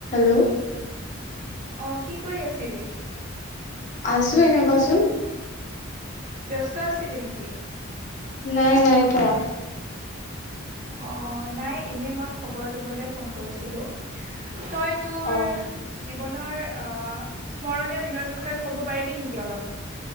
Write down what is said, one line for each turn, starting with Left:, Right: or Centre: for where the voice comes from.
Left: Hello
Right: অঁ কি কৰি আছিলি?
Left: আছো এনে কোৱাচোন
Right: ব্যস্ত আছিলি নেকি
Left: নাই নাই কোৱা
Right: অ নাই এনে মই খবৰ লবলৈ ফোন কৰিছিলো তই তোৰ
Left: অ।
Right: জীৱনৰ আহ স্মৰণীয় দিনৰ বিষয়ে ক'ব পাৰিবি নেকি অলপ